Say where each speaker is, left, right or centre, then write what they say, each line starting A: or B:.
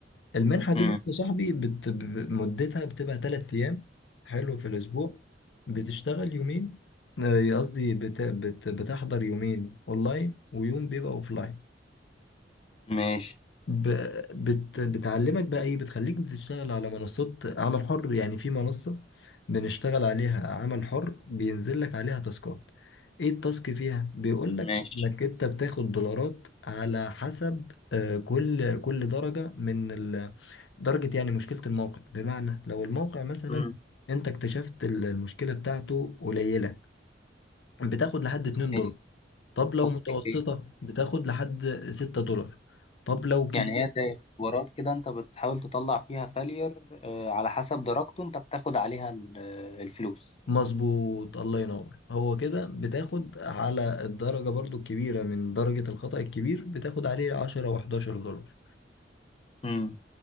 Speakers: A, on the left; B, on the left.
A: المنحة دي
B: مم.
A: برضه يا صاحبي بت... ب- مدتها بتبقى تلات ايام حلو في الاسبوع بتشتغل يومين آه، قصدي بت... بت... بتحضر يومين اونلاين ويوم بيبقى اوفلاين
B: ماشي
A: ب... بت... بتعلمك بقى ايه بتخليك بتشتغل على منصات عمل حر يعني في منصة بنشتغل عليها عمل حر بينزل لك عليها تاسكات ايه التاسك فيها بيقول لك
B: ماشي
A: انك انت بتاخد دولارات على حسب آه، كل كل درجة من ال... درجة يعني مشكلة الموقع بمعنى لو الموقع مثلا
B: مم.
A: انت اكتشفت ال- المشكلة بتاعته قليلة بتاخد لحد 2
B: ماشي
A: دولار طب لو
B: اوكي
A: متوسطة بتاخد لحد 6 دولار طب لو كبيرة
B: يعني هي زي اختبارات كده انت بتحاول تطلع فيها فالير على حسب درجته انت بتاخد عليها ال- الفلوس
A: مظبوط الله ينور هو كده بتاخد على الدرجة برضو الكبيرة من درجة الخطأ الكبير بتاخد عليه 10 و 11 دولار
B: امم